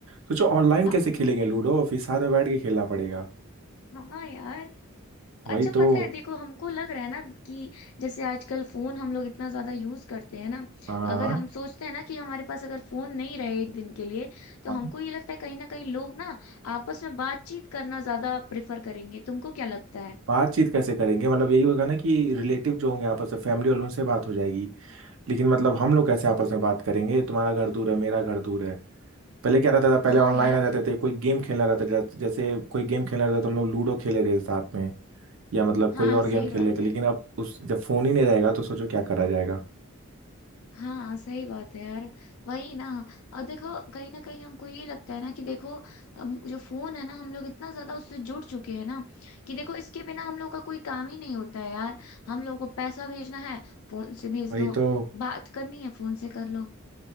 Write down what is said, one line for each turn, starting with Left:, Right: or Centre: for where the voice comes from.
Right: सोचो ऑनलाइन
Left: हाँ
Right: कैसे
Left: <laughs>
Right: खेलेंगे लूडो फिर साथ में बैठ के खेलना पड़ेगा
Left: हाँ यार
Right: वही
Left: अच्छा
Right: तो
Left: पता है देखो हमको लग रहा है ना कि जैसे आजकल फोन हम लोग इतना ज्यादा यूज करते हैं ना
Right: हाँ
Left: अगर हम सोचते हैं ना कि हमारे पास अगर फोन नहीं रहे एक दिन के लिए तो
Right: हाँ।
Left: हमको ये लगता है कहीं ना कहीं लोग ना आपस में बातचीत करना ज्यादा प्रेफर करेंगे तुमको क्या लगता है
Right: बातचीत कैसे करेंगे मतलब यही होगा ना कि रिलेटिव जो होंगे आपस में फैमिली वालों उनसे बात हो जाएगी लेकिन मतलब हम लोग कैसे आपस में बात करेंगे तुम्हारा घर दूर है मेरा घर दूर है पहले क्या रहता था पहले
Left: हाँ
Right: ऑनलाइन
Left: यार
Right: आ जाते थे कोई गेम खेलना रहता था जैसे जैसे कोई गेम खेलना रहता था तो हम लोग लूडो खेले थे साथ में या मतलब कोई
Left: हाँ
Right: और
Left: सही
Right: गेम खेल
Left: बात
Right: लेते
Left: है
Right: लेकिन अब उस जब फोन ही नहीं रहेगा तो सोचो क्या करा जाएगा
Left: हाँ सही बात है यार वही ना और देखो कहीं ना कहीं हमको ये लगता है ना कि देखो अब जो फोन है ना हम लोग इतना ज्यादा उससे जुड़ चुके हैं ना कि देखो इसके बिना हम लोग का कोई काम ही नहीं होता है यार हम लोग को पैसा भेजना है फोन से भेज
Right: वही
Left: दो
Right: तो
Left: बात करनी है फोन से कर लो